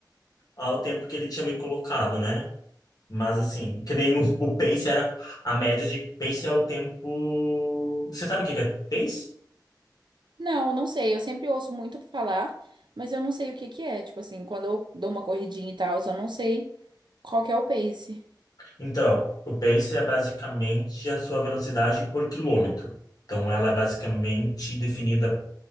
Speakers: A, on the left (about 55°); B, on the right (about 80°).
A: ao tempo que ele tinha me colocado, né? Mas assim, que nem o, o pace era a média de pace é o tempo. Você sabe o que que é pace?
B: Não, não sei. Eu sempre ouço muito falar, mas eu não sei o que que é. Tipo assim, quando eu dou uma corridinha e tal, eu não sei qual que é o pace.
A: Então, o pace é basicamente a sua velocidade por quilômetro. Então, ela é basicamente definida,